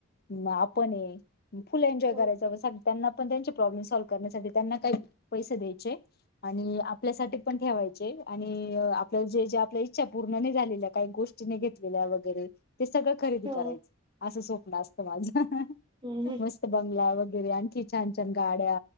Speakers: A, on the left (about 45°); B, on the right (about 20°).
A: अन आपण हे फुल एन्जॉय
B: हो
A: करायचा व सांग त्यांना पण त्यांचे प्रॉब्लेम सॉल्व करण्यासाठी त्यांना काही पैसे द्यायचे आणि आपल्यासाठी पण ठेवायचे आणि आपल जे जे आपल्या इच्छा पूर्ण नाही झालेल्या काही गोष्टी तिने घेतलेल्या वगैरे ते सगळं खरेदी
B: हो
A: करायचं असं स्वप्न असत माझं.
B: हम्म हम्म
A: मस्त बंगला वगैरे आणखी छान छान गाड्या